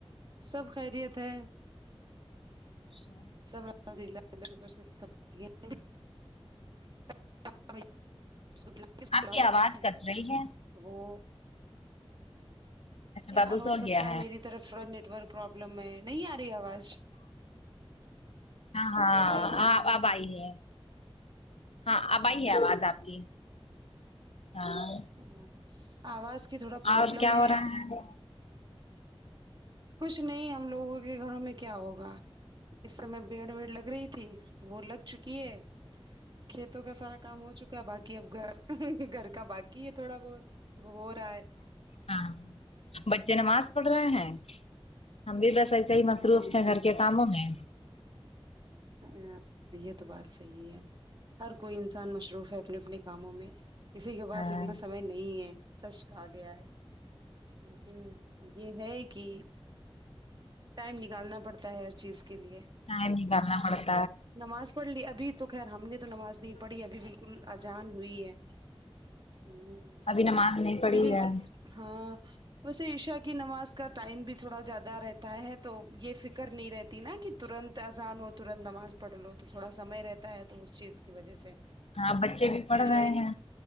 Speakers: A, on the right; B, on the left.
A: سب خیریت ہے
B: اچھا
A: <unintelligible> <unintelligible>
B: آپ کی آواز کٹ رہی ہے اچھا
A: یار
B: بابو
A: ہوسکتا
B: سو گیا
A: ہے میری طرف تھوڑا نیٹ ورک پروابلم ہے نہیں آرہی آواز
B: ہاں ہاں
A: ہیلو
B: آ اب آئی ہے ہاں آب
A: بھائی
B: آئی ہے آواز آپ کی ہاں
A: ہاں آواز کی تھوڑا پروابلم
B: اور کیا ہو
A: ہے
B: رہا ہے
A: کچھ نہیں ہم لوگوں کے گھروں میں کیا ہوگا اس سمے بیڈ ویڈ لگ رہی تھی وہ لگ چکی ہے کھیت تو کا سارا کام ہو چکا ہے باقی اب گھر گھر کا باقی ہے تھوڑا بہت وہ ہورہا ہے
B: ہاں بچے نماز پڑھ رہے ہیں ہم بھی بس ایسے ہی مصروف
A: ہاں
B: تھے گھر کے کاموں میں
A: ہاں یہ تو بات صحیح ہے ہر کوئی انسان مشروف ہے اپنے اپنے کاموں میں کسی کے پاس
B: ہاں
A: اتنا سمے نہیں ہے سچ کھا گیا ہے لیکن یہ ہے کہ ٹائم نکالنا پڑتا ہے ہر چیز کے لیے
B: ٹائم نکالنا پڑ
A: نماز پڑھ لی ابھی تو خیر ہم نے تو نماز نہیں پڑھی ابھی بالکل اجان ہوئی ہے ہمم
B: ابھی نماز نہیں پڑھی
A: ابھی بالکل
B: ہے
A: ہاں ویسے عشا کی نماز کا ٹائم بھی تھوڑا زیادہ رہتا ہے تو یہ فکر نہیں رہتی ناں کہ ترنت زانو ترنت نماز پڑھ لو تو تھوڑا سمے رہتا ہے تو اس چیز کی وجہ سے
B: ہاں بچے بھی پڑھ
A: پھر
B: رہے
A: یہی
B: ہیں